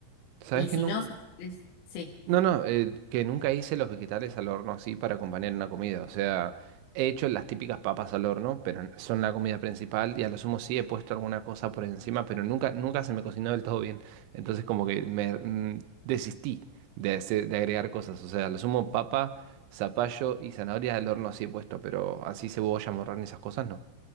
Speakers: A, on the right; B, on the left.
A: ¿Sabes
B: Y
A: que
B: si
A: no,
B: no, si querés- sí.
A: No, no, eh, que nunca hice los vegetales al horno así para acompañar una comida. O sea, he hecho las típicas papas al horno, pero son la comida principal y a lo sumo sí he puesto alguna cosa por encima, pero nunca, nunca se me cocinó del todo bien. Entonces como que me mm, desistí de, hacer- de agregar cosas. O sea, a lo sumo papa, zapallo y zanahoria al horno sí he puesto, pero así cebolla, morrón y esas cosas no.